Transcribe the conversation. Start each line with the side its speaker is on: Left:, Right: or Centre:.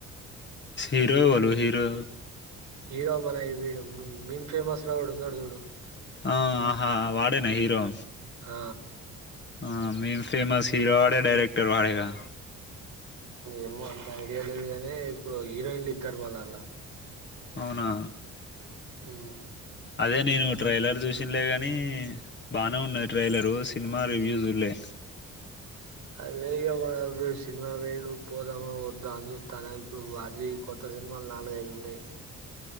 Left: హీరో ఎవలు హీరో
Right: హీరో మన మేమ్ ఫేమస్ ఒకడు ఉన్నడు చూడు
Left: ఆ ఆహా వాడేనా హీరో
Right: ఆ
Left: ఆ మేమ్ ఫేమస్ హిరో వాడే డైరక్టర్ వాడేగా
Right: ఏమో అంత ఐడియా లేదు కానీ ఇప్పుడు హీరోయిన్లు ఇద్దారు మళ్ళ అండ్ల
Left: అవునా
Right: ఊ
Left: అదే నేను ట్రైలర్ చూసినలే కానీ బాగానే ఉన్నాయి ట్రైలరు సినిమా రివ్యూస్లే
Right: అదే ఇక సినిమా వేండు పోదాము వద్దాం అని చూస్తాను ఇప్పుడు అజీ కొత్త సినిమాలు నాలుగైదు ఉన్నాయి